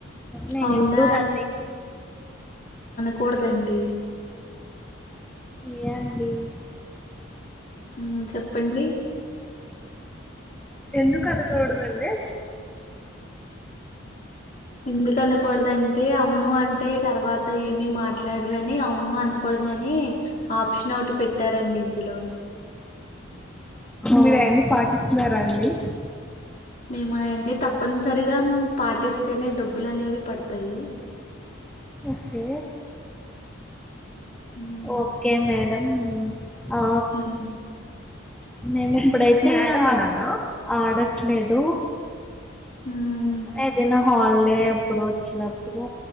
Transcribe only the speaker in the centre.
నేను
ఎప్పుడు రన్నింగ్
ఏ అండి
ఎందుకు అనుకోకూడదండి
మీరు అయన్ని పాటిస్తున్నారా అండి
ఓకే
ఓకే మేడం అవునా ఆ
మేము ఇపుడైత్ <inaudible> ఆడట్లేదు
అదేనా హాలిడే అప్పుడు వచ్చినప్పుడు